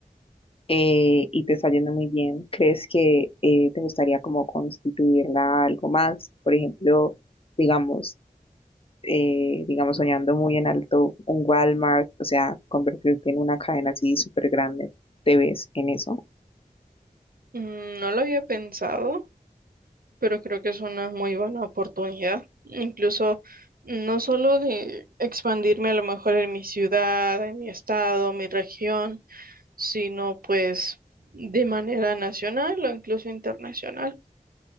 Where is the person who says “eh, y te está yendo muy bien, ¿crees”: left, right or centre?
Left